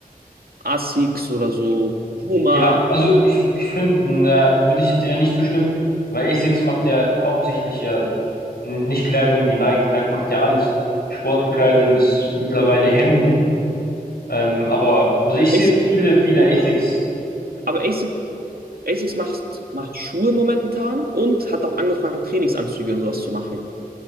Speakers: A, on the right (about 75°); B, on the left (about 85°).
A: Asics oder so, Puma.
B: Ja, also ich, ich finde, da würde ich jetzt eher nicht zustimmen, weil ASICS macht ja hauptsächlich ja nicht Kleidung wie Nike. Nike macht ja alles, Sportbekleidung bis mittlerweile Hemden. Ähm, aber also ich
A: Asics
B: sehe viele, viele ASICS-Träger.
A: Aber Asics, Asics macht, macht Schuhe momentan und hat auch angefangen, Trainingsanzüge und sowas zu machen.